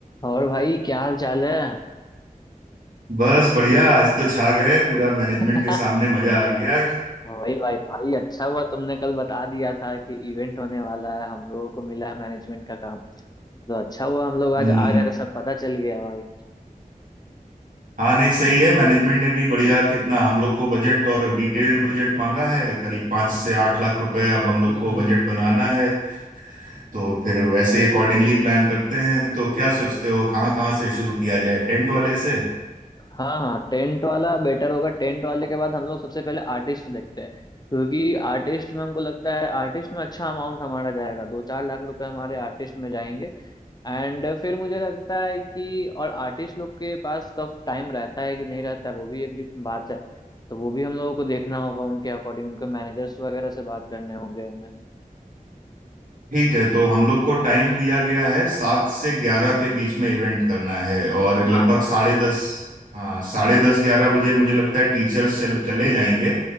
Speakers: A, on the left (about 30°); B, on the right (about 65°).
A: और भाई क्या हाल चाल है
B: बस बढ़िया आज तो छा गए पूरा मैनेजमेंट
A: <laughs>
B: के सामने मजा आ गया
A: वही भाई भाई अच्छा हुआ तुमने कल बता दिया था कि इवेंट होने वाला है हम लोगों को मिला है मैनेजमेंट का काम तो अच्छा हुआ हम लोग
B: <laughs> हम्म
A: आज आ गए तो सब पता चल गया भाई
B: हाँ नहीं सही है मैनेजमेंट ने भी बढ़िया कितना हम लोग को बजट और डिटेल्ड बजट मांगा है करीब पाँच से आठ लाख रुपए अब
A: हम्म
B: हम लोग को
A: हम्म
B: बजट
A: हम्म।
B: बनाना है तो फिर वैसे ही अकॉर्डिंगली प्लान करते हैं तो क्या सोचते हो कहाँ कहाँ से शुरू किया जाए टेंट वाले से
A: हाँ हाँ टेंट वाला बेटर होगा टेंट वाले के बाद हम लोग सबसे पहले आर्टिस्ट देखते हैं क्योंकि आर्टिस्ट में हमको लगता है आर्टिस्ट में अच्छा अमाउंट हमारा जाएगा दो चार लाख रुपए हमारे आर्टिस्ट में जाएंगे एंड फिर मुझे लगता है कि और आर्टिस्ट लोग के पास कब टाइम रहता है कि नहीं रहता है वो भी एक डि- बात है तो वो भी हम लोगों को देखना होगा उनके अकॉर्डिंग उनके मैनेजर्स वगैरह से बात करने होंगे हमें
B: ठीक है तो हम लोग को टाइम दिया गया है सात से ग्यारह के बीच में इवेंट करना है और
A: हाँ
B: लगभग
A: हाँ
B: साढ़े
A: हाँ
B: दस
A: <laughs>
B: हाँ साढ़े दस ग्यारह बजे मुझे लगता है टीचर्स चल चले जाएंगे